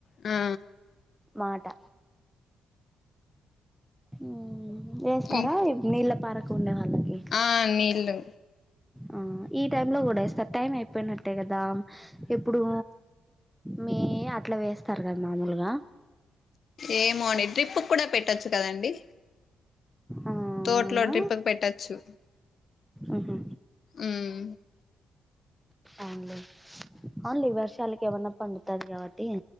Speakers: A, on the left; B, in the centre.
A: ఆ
B: మాట ఉ వేస్తారా
A: ఇం
B: నీళ్ళ పారకు ఉండే వాళ్ళకి
A: ఆ నీళ్లు
B: ఆ ఈ టైమ్ లో కూడా వేస్తారు టైమ్ అయిపోయినట్టేయి కదా ఎప్పుడు మీ అట్లా వేస్తారు కదా మామూలుగా
A: ఏమో అండి డ్రిప్పుక్కుడా పెట్టొచ్చు కదండి
B: ఆ
A: తోటలో
B: అవునా
A: డ్రిప్పుకు పెట్టచ్చు
B: ఉహు
A: ఉమ్
B: అవునులే, అవునులే ఇ వర్షాలకు ఏమన్న పండుతది గాబట్టి